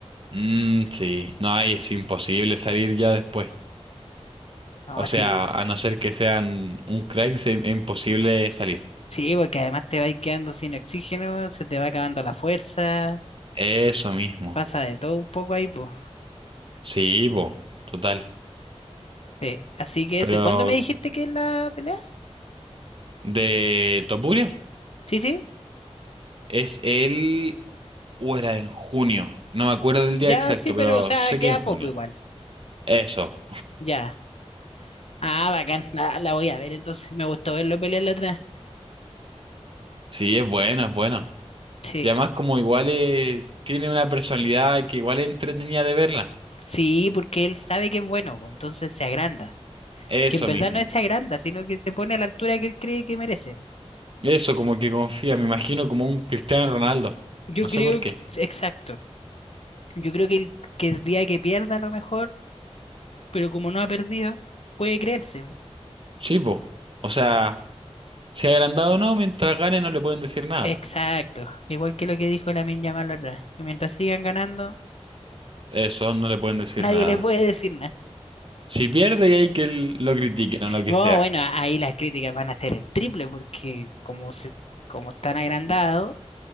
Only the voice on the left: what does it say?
No,
sí,
sí, porque además te vas quedando sin oxígeno, se te va acabando la fuerza,
pasa de todo un poco ahí, pues.
Sí, así que
eso, ¿y cuándo me dijiste que es la pelea?
Sí, sí,
ya
sí, pero
o sea,
queda
poco igual,
ya. Ah, bacán, <laughs> la, la voy a ver, entonces me gustó verlo pelear la otra. vez.
Sí,
sí, porque él sabe que es bueno, pues, entonces se agranda.
que en verdad
no se agranda, sino que se pone a la altura que él cree que merece.
Yo
creo
que, exacto, yo creo que el, que el día que pierda a lo mejor, pero como no ha perdido, puede creerse.
Exacto,
igual que lo que dijo Lamine Yamal la otra vez, que mientras sigan ganando,
nadie
les puede decir nada.
No,
bueno, a- ahí las críticas van a ser el triple, porque como se, como están agrandados,